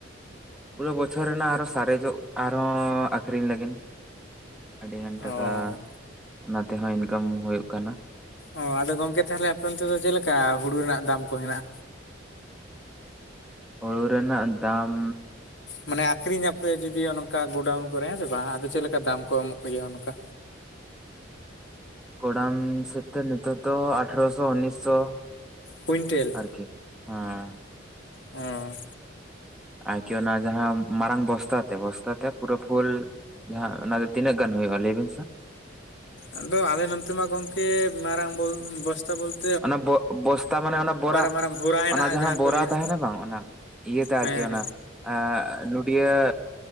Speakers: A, in the centre; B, on the left.
A: ᱯᱩᱨᱟᱹ ᱵᱚᱪᱷᱚᱨ ᱟᱨ ᱥᱟᱨᱡᱚᱜ ᱟᱨ ᱦᱚᱸ ᱟᱠᱷᱼᱼᱼ ᱟᱹᱠᱷᱨᱤᱧ ᱞᱟᱹᱜᱤᱱ ᱟᱹᱰᱤᱜᱟᱱ
B: ᱚ
A: ᱴᱟᱠᱟ, ᱚᱱᱟ ᱛᱮᱦᱚᱸ ᱤᱱᱠᱟᱢ ᱦᱩᱭᱩᱜ ᱠᱟᱱᱟ᱾
B: ᱚ ᱟᱸᱫᱚ ᱜᱚᱝᱠᱮ ᱛᱟᱦᱚᱞᱮ ᱟᱸᱯᱮ ᱚᱱᱛᱮ ᱫᱚ ᱪᱮᱫᱞᱮᱠᱟ ᱦᱩᱲᱩ ᱨᱮᱱᱟᱜ ᱫᱟᱢ ᱠᱚ ᱦᱮᱱᱟᱜᱼᱟ?
A: ᱦᱩᱲᱩ ᱨᱮᱱᱟᱜ ᱫᱟᱢᱻ
B: ᱢᱟᱹᱱᱮ ᱟᱠᱷᱨᱤᱧᱟᱸᱯᱮ ᱡᱩᱫᱤ ᱚᱱᱠᱟ ᱜᱳᱰᱟᱣᱩᱱ ᱠᱚᱨᱮ ᱦᱮᱸ ᱥᱮ ᱵᱟᱝ, ᱟᱫᱚ ᱪᱮᱫ ᱞᱮᱠᱟ ᱫᱟᱢ ᱠᱚ ᱮᱢᱚᱜ ᱜᱮᱹᱭᱟ ᱚᱱᱠᱟ᱾
A: ᱠᱚᱳᱰᱟᱢ ᱥᱟᱹᱛᱛᱮ ᱱᱤᱛᱳᱜ ᱫᱚ ᱟᱴᱷᱚᱨᱚᱥᱚ ᱩᱱᱤᱥᱥᱚ᱾
B: ᱠᱩᱭᱤᱱᱴᱮᱹᱞ?
A: ᱟᱨᱠᱤ ᱦᱮᱸ᱾
B: ᱚᱸ᱾
A: ᱟᱨ ᱠᱤ ᱚᱱᱟ ᱡᱟᱦᱟᱸ ᱢᱟᱨᱟᱝ ᱵᱚᱥᱛᱟ ᱛᱮ, ᱵᱚᱥᱛᱟ ᱛᱮᱼᱼ ᱯᱩᱨᱟᱹ ᱯᱷᱩᱞ ᱡᱟᱦᱟᱸ ᱚᱱᱟ ᱫᱚ ᱛᱤᱱᱟᱹᱜ ᱜᱟᱱ ᱦᱩᱭᱩᱜ-ᱟᱹ ᱞᱟᱹᱭ ᱵᱤᱱ ᱥᱮ?
B: ᱟᱸᱫᱚ ᱟᱞᱮ ᱱᱚᱱᱛᱮ ᱢᱟ ᱜᱚᱝᱠᱮ ᱢᱟᱨᱟᱝ ᱵᱚᱞ ᱵᱚᱥᱛᱟ ᱵᱚᱞᱛᱼᱼ
A: ᱚᱱᱟ ᱵᱚ ᱵᱚᱥᱛᱟ ᱢᱟᱹᱱᱮ ᱚᱱᱟ ᱵᱚᱨᱟ,
B: ᱢᱟᱨᱟᱝ ᱵᱷᱚᱨᱟ ᱦᱮᱱᱟᱜᱼᱟ
A: ᱚᱱᱟ ᱡᱟᱦᱟᱸ ᱵᱚᱨᱟ
B: ᱠᱚ ᱞᱟᱹᱭᱟ
A: ᱛᱟᱦᱮᱱᱟ ᱵᱟᱝ ᱚᱱᱟ᱾ ᱤᱭᱟᱹ ᱛᱮ
B: ᱦᱮᱸ
A: ᱟᱨᱠᱤ ᱚᱱᱟᱼᱼ ᱮᱸᱜ ᱱᱚᱰᱤᱭᱟᱹᱜ